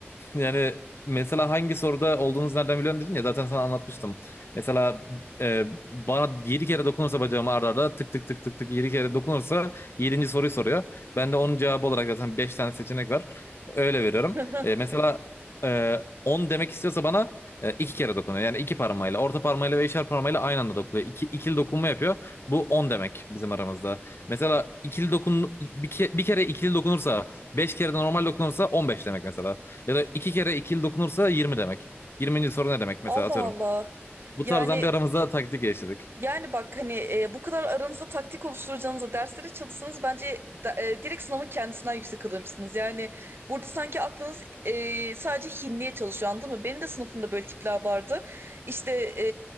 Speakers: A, on the left; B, on the right.
A: Yani mesela hangi soruda olduğunuzu nereden biliyorsun dedin ya zaten sana anlatmıştım. Mesela e, bana 7 kere dokunursa bacağıma arda arda tık tık tık tık tık 7 kere dokunursa yedinci soruyu soruyor. Ben de onun cevabı olarak zaten 5 tane seçenek var. Öyle veriyorum.
B: <laughs>
A: E, mesela e, 10 demek istiyorsa bana e, 2 kere dokunuyor. Yani 2 parmağıyla, orta parmağıyla ve işaret parmağıyla aynı anda dokunuyor. İki, ikili dokunma yapıyor. Bu 10 demek bizim aramızda. Mesela ikili dokun bir, ke- bir kere ikili dokunursa 5 kere de normal dokunursa 15 demek mesela. Ya da iki kere ikili dokunursa 20 demek. 20. soru ne demek
B: Allah
A: mesela atıyorum.
B: Allah.
A: Bu
B: Yani
A: tarzdan bir aramızda taktik geliştirdik.
B: yani bak hani e, bu kadar aranızda taktik oluşturacağınıza derslere çalışsanız bence da- e, direkt sınavın kendisinden yüksek alırmışsınız. Yani burada sanki aklınız e, sadece hinliğe çalışıyor anladın mı? Benim de sınıfımda böyle tipler vardı. İşte e,